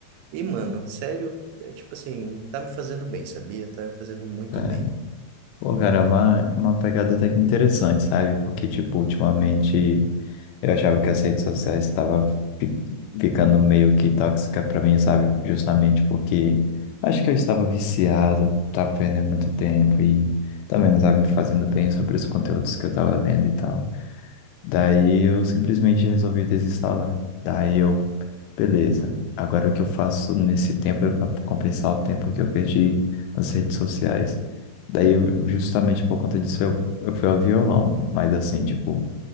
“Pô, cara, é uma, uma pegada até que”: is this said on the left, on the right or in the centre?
Left